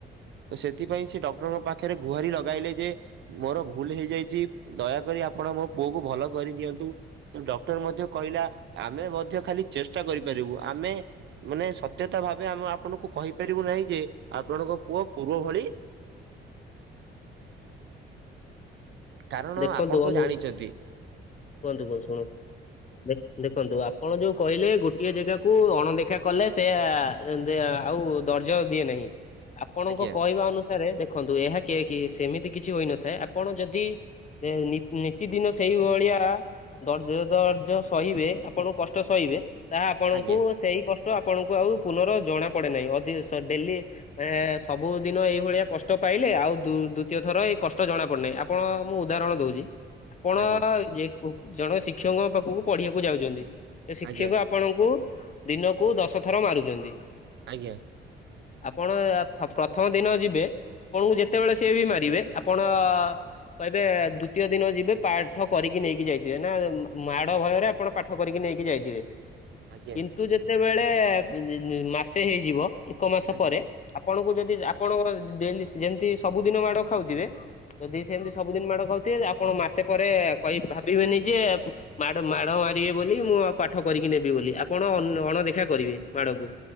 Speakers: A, on the right; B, on the left.
A: ତ ସେଥିପାଇଁ ସେ ଡକ୍ଟରଙ୍କ ପାଖରେ ଗୁହାର ଲଗେ ଇଲେ ଯେ ମୋର ଭୁଲ ହେଇଯାଇଚି ଦୟାକରି ଆପଣ ମୋ ପୁଅକୁ ଭଲ କରିଦିଅନ୍ତୁ। ଡକ୍ଟର ମଧ୍ୟ କହିଲା ଆମେ ମଧ୍ୟ ଖାଲି ଚେଷ୍ଟା କରିପାରିବୁ ଆମେ ମାନେ ସତ୍ୟତା ଭାବେ ଆମେ ଆପଣଙ୍କୁ କହିପାରିବୁ ନାହିଁ ଯେ ଆପଣଙ୍କ ପୁଅ ପୂର୍ବ ଭଳି କାରଣ
B: ଦେଖନ୍ତୁ
A: ଆପଣ
B: ବନ୍ଧୁ
A: ତ ଜାଣିଚନ୍ତି।
B: କୁହନ୍ତୁ କୁହନ୍ତୁ ଶୁଣ ଦେଖନ୍ତୁ ଆପଣ ଯୋଉ କହିଲେ ଗୋଟିଏ ଜାଗାକୁ ଅଣଦେଖା କଲେ ସେ ଏ ଆ ଆଉ ଦର୍ଜ ଦିଏ ନାହିଁ। ଆପଣଙ୍କ
A: ଆଜ୍ଞା
B: କହିବା ଅନୁସାରେ ଦେଖନ୍ତୁ ଏହା କେ କିଏ କି ସେମିତି କିଛି ହୋଇନଥାଏ ଆପଣ ଯଦି ଏ ନି ନିତିଦିନ ସେଇଭଳିଆ ଦର୍ଜ ଦର୍ଜ ସହିବେ ଆପଣଙ୍କୁ କଷ୍ଟ ସହିବେ ତାହା ଆପଣଙ୍କୁ
A: ଆଜ୍ଞା
B: ସେଇ କଷ୍ଟ ଆପଣଙ୍କୁ ଆଉ ପୁନର ଜଣା ପଡେ ନାହିଁ। ଅଧ ଡେଲି ସବୁଦିନ ଏଇଭଳିଆ କଷ୍ଟ ପାଇଲେ ଆଉ ଦୁ ଦୁତୀୟ ଥର ଏ କଷ୍ଟ ଜଣାପଡ଼ୁନେଇ, ଆପଣ ମୁଁ ଉଦାହରଣ ଦୋଉଚି ଆପଣ
A: ଆଜ୍ଞା
B: ଯେ ଜଣେ ଶିକ୍ଷକଙ୍କ ପାଖୁକୁ ପଢ଼ିବାକୁ ଯାଉଚନ୍ତି। ସେ ଶିକ୍ଷକ
A: ଆଜ୍ଞା
B: ଆପଣଙ୍କୁ ଦିନକୁ ଦଶ ଥର ମାରୁଚନ୍ତି।
A: ଆଜ୍ଞା।
B: ଆପଣ ଆ ଫ ପ୍ରଥମ ଦିନ ଯିବେ। ଆପଣଙ୍କୁ ଯେତେବେଳେ ସିଏ ବି ମାରିବେ ଆପଣ କହି ବେ ଦୁତୀୟ ଦିନ ଯିବେ ପାଆଠ କରିକି ନେଇକି ଯାଇଥିବେ ନାଁ ମାଡ଼ ଭୟରେ ଆପଣ ପାଠ କରିକି ନେଇକି ଯା ଇଥିବେ।
A: ଆଜ୍ଞା
B: କିନ୍ତୁ ଯେତେବେଳେ‌ ଇ‌-ଇ ମାସେ ହେଇଯିବ ଏକ ମାସ
A: ଆଜ୍ଞା
B: ପରେ ଆ ଆପଣଙ୍କୁ ଯଦି ଆପଣଙ୍କର ଡେଲି ଯେମତି ସବୁଦିନ ମାଡ଼ ଖାଉଥିବେ ଯଦି
A: ଆଜ୍ଞା
B: ସେମତି ସବୁଦିନ ମାଡ଼ ଖାଉଥିବେ ଆପଣ ମାସେ ପରେ କହି ଭାବିବେନି ଯେ ମାଡ଼ ମାଡ଼ ମାରିବେ ବୋଲି ମୁଁ ମୁଁ ଆଉ ପାଠ କରିକି ନେବି ବୋଲି ଆପଣ ଅନ୍ ଅଣଦେଖା କରିବେ ମାଡ଼କୁ